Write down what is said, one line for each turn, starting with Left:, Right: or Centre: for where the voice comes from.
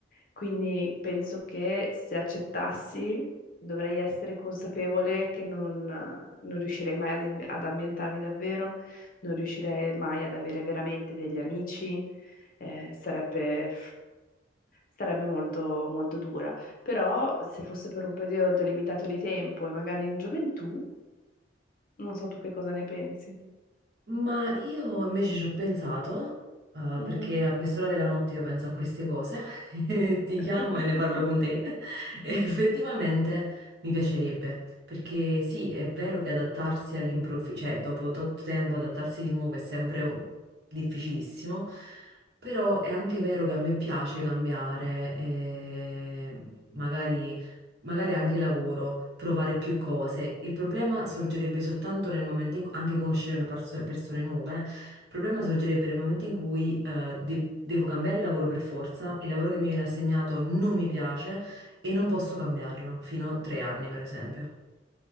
Left: Quindi penso che se accettassi dovrei essere consapevole che non, non riuscirei mai ad, ad ambientarmi davvero, non riuscirei mai ad avere veramente degli amici. Eh, sarebbe sarebbe molto, molto dura. Però se fosse per un periodo limitato di tempo e magari in gioventù, non so tu che cosa ne pensi.
Right: Ma io invece ci ho pensato, eh,
Left: Mhm.
Right: perché a quest'ora della notte io penso a queste cose, <laughs> e ti
Left: <laughs>
Right: chiamo e ne parlo con te. <laughs> E effettivamente mi piacerebbe, perché sì, è vero che adattarsi all'improvviso, cioè dopo tot tempo adattarsi di nuovo è sempre un- difficilissimo, però è anche vero che a me piace cambiare, e magari magari anche lavoro, provare più cose. Il problema sorgerebbe soltanto nel momento in cui, anche conoscere una perso- persone nuove, il problema sorgerebbe nel momento in cui eh, de- devo cambiare lavoro per forza, il lavoro che mi viene assegnato non mi piace e non posso cambiarlo, fino a tre anni per esempio.